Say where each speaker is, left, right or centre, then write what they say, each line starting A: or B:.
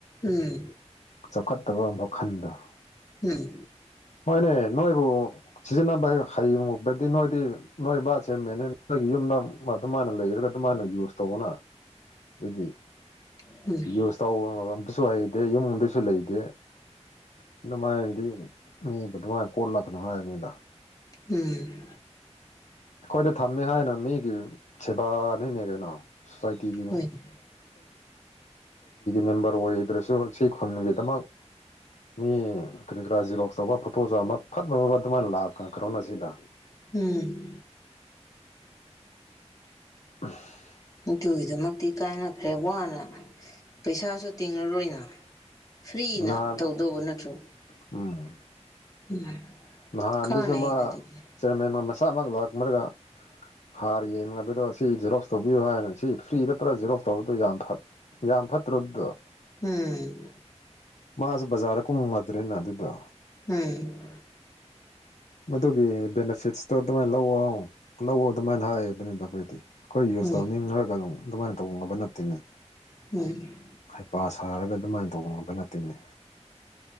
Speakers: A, on the left; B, on the left.
A: ꯎꯝ
B: ꯆꯧꯈꯠꯇꯥꯕ ꯃꯈꯟꯗ‌ꯣ
A: ꯎꯝ
B: ꯍꯣꯏꯅꯦ ꯅꯣꯏꯕꯨ ꯁꯤꯖꯤꯟꯅꯕ ꯍꯩꯕꯗꯗꯤ ꯅꯣꯏꯗꯤ ꯅꯣꯏ ꯁꯃꯦꯅꯦ ꯅ‌ꯣꯏꯒꯤ ꯌꯨꯝꯗ ꯑꯗꯨꯃꯥꯟꯅ ꯂꯩꯔꯒ ꯑꯗꯨꯃꯥꯥꯟꯅ ꯌꯨꯁ ꯇꯧꯌ‌ꯣꯅ <inaudible>
A: <inaudible>
B: ꯌꯨꯁ ꯇꯧꯕ ꯑꯝꯇꯁꯨ ꯍꯩꯇꯦ ꯌꯨꯝꯗꯁꯨ ꯂꯩꯇꯦ <unintelligible>
A: <inaudible>
B: ꯑꯩꯈꯣꯏꯗ ꯊꯝꯃꯦ ꯍꯥꯏꯅ ꯃꯤꯒꯤ ꯁꯦꯕꯥꯗꯤꯅꯦ ꯀꯩꯅꯣ <unintelligible> ꯁꯣꯁꯥꯏꯇꯤꯒꯤ
A: ꯍꯣꯏꯅꯦ
B: ꯃꯦꯝꯕꯔ ꯑꯣꯏꯗ꯭ꯔꯁꯨ ꯁꯤ ꯈꯨꯟꯒꯤꯗꯃꯛ ꯃꯤ ꯀꯔꯤꯒꯔꯥ ꯖꯤꯔ‌ꯣꯛꯁ ꯇꯧꯕ ꯐꯣꯇꯣ ꯆꯥꯝꯕ ꯐꯠ ꯐꯠ ꯐꯠ ꯐꯠ ꯑꯗꯨꯃꯥꯏꯅ ꯂꯥꯛꯈ꯭ꯔ‌ꯣꯅ ꯁꯤꯗ
A: <inaudible>
B: <inaudible>
A: ꯗꯨꯒꯤꯗꯃꯛꯇꯤ ꯀꯥꯅꯈꯗ꯭ꯔꯦ ꯋꯥꯅ ꯄꯩꯁꯥꯁꯨ ꯇꯤꯡꯉꯔꯣꯏꯅ ꯐ꯭ꯔꯤꯅ
B: ꯅꯍꯥꯟ
A: ꯇꯧꯗꯧꯕ ꯅꯠꯇ꯭ꯔꯣ
B: <inaudible>
A: <inaudible>
B: ꯅꯍꯥꯟꯗꯁꯨ
A: ꯀꯥꯟꯅꯩꯅ
B: ꯃꯥ
A: ꯑꯗꯨꯗꯤ
B: ꯆꯤꯌꯥꯔꯃꯦꯟ ꯃꯁꯥꯃꯛ ꯂꯥꯛꯂꯒ ꯍꯥꯔ ꯌꯦꯡꯂꯕꯗꯣ ꯁꯤ ꯖꯦꯔꯣꯁ ꯇꯧꯕꯤꯌꯨ ꯍꯥꯏꯅ ꯁꯤ ꯐ꯭ꯔꯤꯗ ꯖꯦꯔꯣꯁ ꯇꯧꯕꯗꯣ ꯌꯥꯝ ꯐꯠ ꯌꯥꯝ ꯐꯠꯇ꯭ꯔꯕꯗ
A: <inaudible>
B: ꯃꯥꯖꯨ ꯕꯖꯥꯔꯗ ꯀꯨꯝꯃꯗ꯭ꯔꯦꯅ ꯑꯗꯨꯗꯣ
A: <inaudible>
B: ꯃꯗꯨꯒꯤ ꯕꯦꯅꯤꯐꯤꯠꯁꯇꯣ ꯑꯗꯨꯃꯥꯏꯅ ꯂꯧꯑꯣ ꯂꯧꯑꯣ ꯑꯗꯨꯃꯥꯏꯅ ꯍꯥꯏꯕꯅꯤꯅ ꯑꯩꯈꯣꯏꯗꯤ ꯑꯩꯈꯣꯏ ꯌꯨꯁ
A: ꯎꯝ
B: ꯇꯧꯅꯤ ꯍꯥꯏꯔꯛꯀꯅꯣ ꯑꯗꯨꯃꯥꯏꯅ ꯇꯧ ꯅꯕ ꯅꯠꯇꯦꯅꯦ
A: <inaudible>
B: ꯍꯩꯄꯥ ꯁꯥꯔꯒ ꯑꯗꯨꯃꯥꯏꯅ ꯇꯧꯕ ꯉꯝꯕ ꯅꯠꯇꯦꯅꯦ